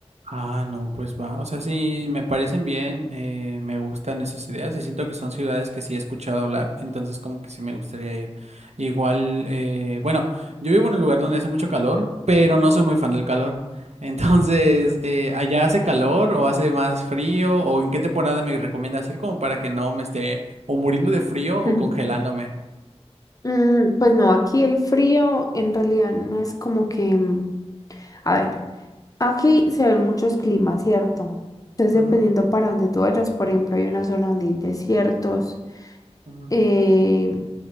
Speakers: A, on the right; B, on the left.
A: Ah, no, pues va. O sea, sí, me parecen bien, eh, me gustan esas ideas y siento que son ciudades que sí he escuchado hablar, entonces como que sí me gustaría ir. Igual, eh, bueno, yo vivo en un lugar donde hace mucho calor, pero
B: Ok.
A: no soy muy fan del calor. <laughs> Entonces, eh, ¿allá hace calor o hace más frío? ¿O en qué temporada me recomiendas ir como para que no me esté o muriendo de frío o
B: Ujú.
A: congelándome?
B: Mm, pues no, aquí el frío en realidad no es como que, mm, a ver. Aquí se ven muchos climas, ¿cierto? Entonces, dependiendo
A: Ujú,
B: para donde tú vayas, por ejemplo, hay una zona donde hay desiertos,
A: ujú,
B: eh,